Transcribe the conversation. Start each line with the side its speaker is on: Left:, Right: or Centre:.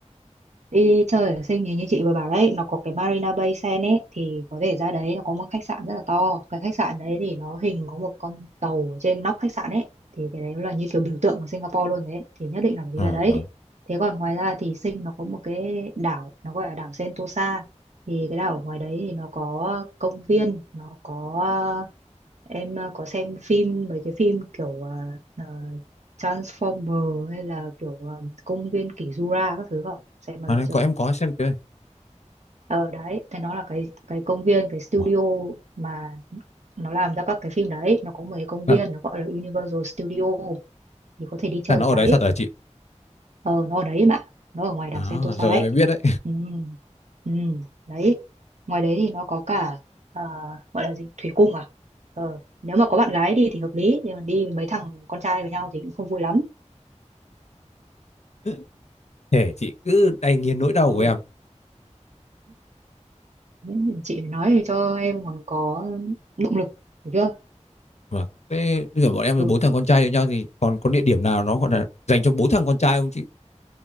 Right: đi chơi ở Sing thì như chị vừa bảo đấy nó có cái Marina Bay Sands ấy thì có thể ra đấy nó có một khách sạn rất là to cái khách sạn đấy thì nó hình có một con tàu ở trên nóc khách sạn ấy thì cái đấy nó là như kiểu biểu tượng của Singapore luôn đấy thì nhất định là phải đi
Left: À
Right: ra đấy
Left: vâng.
Right: thế còn ngoài ra thì sinh nó có một cái đảo nó gọi là đảo Sentosa thì cái đảo ngoài đấy thì nó có công viên nó có em ờ, có xem phim mấy cái phim kiểu ờ, ờ, Transformer hay là kiểu ờ, công viên kỷ Jura các thứ không xem bao
Left: À
Right: giờ
Left: đấy
Right: chưa
Left: có em có xem chơi.
Right: ờ đấy thì nó là cái cái công viên cái studio
Left: Ủa,
Right: mà nó làm ra các cái phim đấy nó có một cái công
Left: là,
Right: viên nó gọi là Universal Studio thì có thể đi chơi
Left: là nó
Right: ở
Left: ở
Right: đấy
Left: đấy thật hả chị?
Right: ờ nó ở đấy mà nó ở ngoài đảo
Left: À
Right: Sentosa
Left: giờ
Right: ấy
Left: em mới biết đấy.
Right: ừ ừ đấy ngoài đấy thì nó có cả à, gọi là gì thủy cung à ờ nếu mà có bạn gái đi thì hợp lý nhưng mà đi với mấy thằng con trai với nhau thì cũng không vui lắm
Left: <laughs> Thế chị cứ đay nghiến nỗi đau
Right: ừ
Left: của em.
Right: nên chị phải nói cho em còn có động lực hiểu chưa
Left: Vâng. Thế bây giờ bọn em là
Right: ừ
Left: bốn thằng con trai với nhau thì còn có địa điểm nào nó gọi là dành cho bốn thằng con trai không chị?